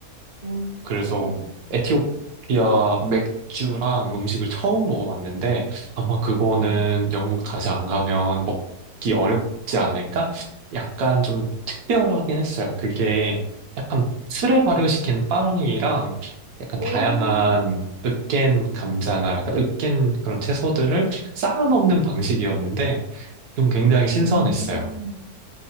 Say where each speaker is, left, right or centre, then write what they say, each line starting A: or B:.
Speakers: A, on the right; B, on the right.
A: 어,
B: 그래서
A: 음.
B: 에티오피아 맥주랑 음식을 처음 먹어봤는데 아마 그거는
A: 네.
B: 영국 다시 안 가면 먹기 어렵지 않을까? 약간 좀 특별하긴 했어요. 그게 약간 술에 발효시킨 빵이랑 약간
A: 오,
B: 다양한 으깬 감자나 약간 으깬 그런 채소들을 쌓아 먹는 방식이었는데 좀 굉장히 신선했어요.
A: 음.